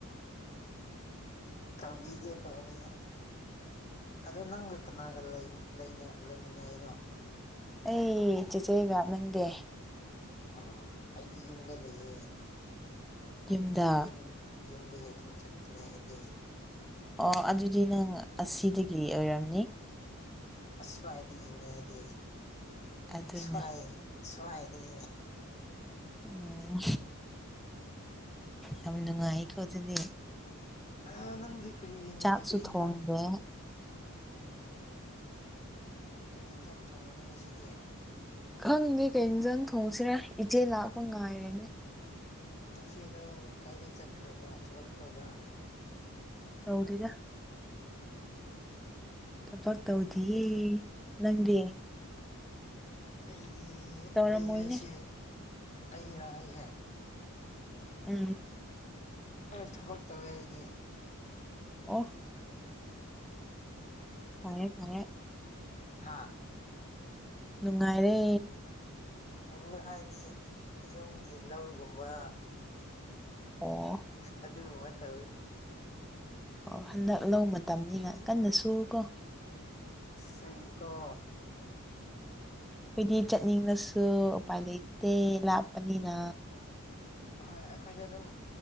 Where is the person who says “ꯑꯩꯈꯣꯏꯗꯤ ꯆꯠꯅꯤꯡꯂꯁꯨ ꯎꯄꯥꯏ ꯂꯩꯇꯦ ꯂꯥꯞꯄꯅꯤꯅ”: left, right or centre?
Centre